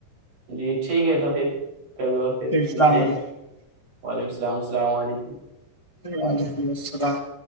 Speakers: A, on the right; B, on the left.
A: جی ٹھیک ہے تو پھر ک اور
B: ٹھیک
A: پھر
B: السلام
A: ملتے ہیں
B: علیکم
A: وعلیکم السلامسلام علیکم
B: وعلیکم السلام